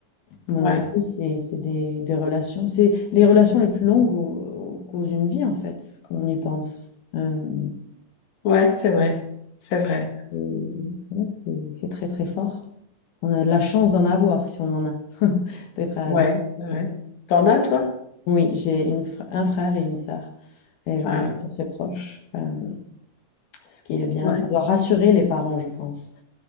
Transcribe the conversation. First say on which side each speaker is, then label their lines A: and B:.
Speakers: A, on the left (about 80°); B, on the left (about 60°).
A: Mon
B: Ouais,
A: avis, c'est c'est des, des relations. C'est les relations les plus longues au, au cours d'une vie, en fait, quand on y pense. Euh,
B: ouais, c'est vrai, c'est vrai,
A: et ouais, c'est c'est très, très fort. On a de la chance d'en avoir, si on en a, <laughs> des frères
B: ouais,
A: et des sœurs.
B: c'est vrai. T'en as, toi?
A: Oui, j'ai une, fr- un frère et une sœur. Et genre,
B: Ah,
A: on est
B: ouais,
A: très, très proches. Euh, ce qui est bien.
B: ouais,
A: Ça doit rassurer les parents, je pense.